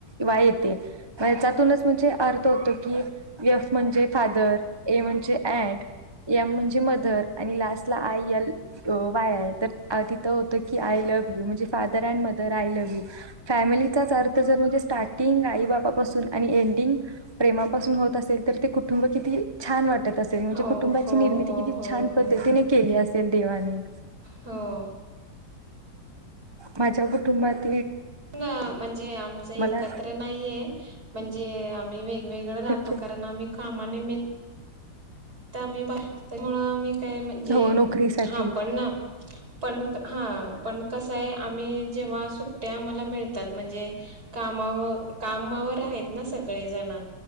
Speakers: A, on the right (about 15°); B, on the right (about 50°).
A: वाय येते याच्यातूनच म्हणजे अर्थ होतो. की एफ म्हणजे फादर ए म्हणजे अंट एम म्हणजे मदर आणि लास्टला आय य वाय तर तिथं होतं की आय लव्ह यू म्हणजे father and mother I love you फॅमिलीचाच अर्थ जर म्हणजे स्टार्टिंग आई बापापासून आणि एंडिंग प्रेमापासून होत असेल तर ते कुटुंब किती छान वाटत असेल म्हणजे
B: हो
A: कुटुंबाची
B: हो
A: निर्मिती
B: हो
A: किती
B: हो
A: छान
B: हो
A: पद्धतीने केली असे. देवाने.
B: हो.
A: माझ्या कुटुंबात
B: म्हणजे आमचं एकत्र
A: मला
B: नाहीये, म्हणजे मी वेग वेगळ राहतो,
A: ओके
B: कारण आम्ही कामा निमि त आम्ही भा त मुळ आम्ही काय म्हणजे
A: हो नोकरीसाठी
B: हा पण ना पण हा. पण कसंय आम्ही जेव्हा सुट्ट्या आम्हाला मिळतात म्हणजे कामाव कामावर आहेत ना सगळेजण.